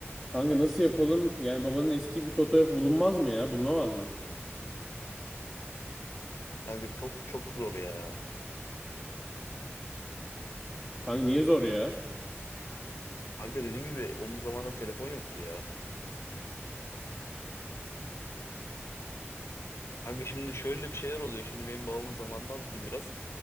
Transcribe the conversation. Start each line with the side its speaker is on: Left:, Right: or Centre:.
Centre: Kanka nasıl yapalım? Yani babanın eski bir fotoğrafı bulunmaz mı ya? Bulunamaz mı?
Left: Kanka çok çok zor ya.
Centre: Kanka niye zor ya?
Left: Kanka dediğim gibi onun zamanında telefon yoktu ya. Kanka şimdi şöyle bir şeyler oluyor. Şimdi benim babamın zamanını anlatayım biraz.